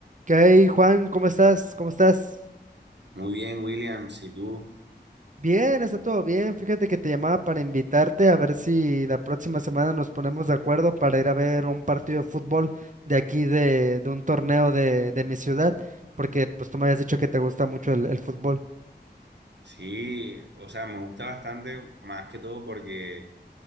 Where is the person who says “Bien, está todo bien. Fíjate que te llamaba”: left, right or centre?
Right